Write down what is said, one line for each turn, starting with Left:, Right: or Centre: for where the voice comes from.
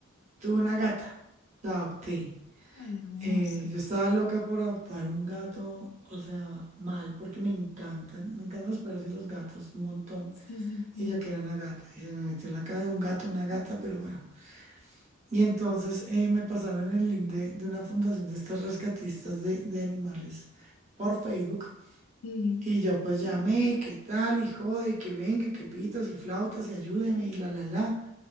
Right: tuve una gata, la adopté.
Left: Ay, hermosa.
Right: Eh, yo estaba loca por adoptar un gato, o sea, mal, porque me encantan, me encantan los perros y los gatos, un montón.
Left: Sí, sí, sí.
Right: Ella que era una gata, y se me metió en la cabeza un gato, una gata, pero bueno. Y entonces eh, me pasaron el link de, de una fundación de estos rescatistas de, de animales por Facebook.
Left: Sí,
Right: Y yo pues llamé, ¿qué tal? Y jode, que venga, que pitos y flautas y ayúdeme y la, la, la.